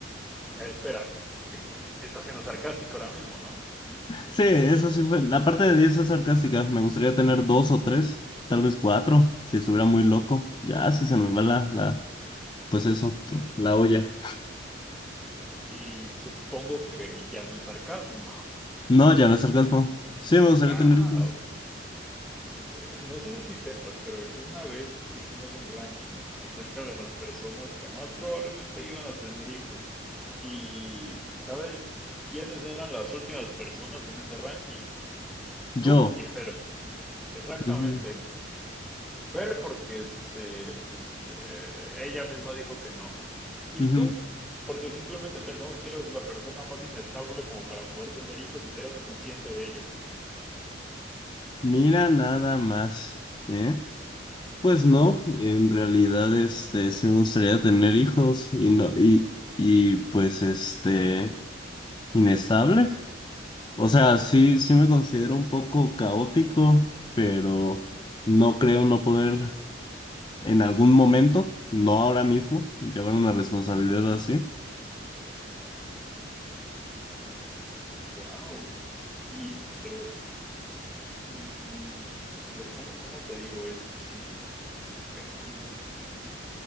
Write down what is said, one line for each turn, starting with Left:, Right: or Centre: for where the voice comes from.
Centre: Eh, Espera, eh, está siendo sarcástico ahora mismo, ¿no?
Left: Sí, eso sí fue, la parte de 10 es sarcástica, me gustaría tener dos o tres, tal vez cuatro, si estuviera muy loco, ya si se me va la, la, pues eso, la olla.
Centre: Y supongo que ya no es sarcasmo.
Left: No, ya no es sarcasmo, sí, me gustaría
Centre: Wow.
Left: tener hijos.
Centre: Eh, no sé si sepas, pero una vez hicimos un ranking acerca de las personas que más probablemente iban a tener hijos. ¿Y sabes quiénes eran las últimas personas en ese ranking?
Left: Yo,
Centre: Tú y Fer, exactamente.
Left: ujú,
Centre: Fer porque este, pues, eh, ella misma dijo que no. Y
Left: ujú.
Centre: tú porque simplemente pensamos que eras la persona más inestable como para poder tener hijos y que eras consciente de ello.
Left: Mira nada más. ¿eh? Pues no, en realidad este sí me gustaría tener hijos y no y y pues este inestable. O sea, sí sí me considero un poco caótico, pero no creo no poder en algún momento, no ahora mismo, llevar una responsabilidad así.
Centre: Wow. Y, pero Mm, a ver, ¿cómo, cómo te digo esto? sin eh, um,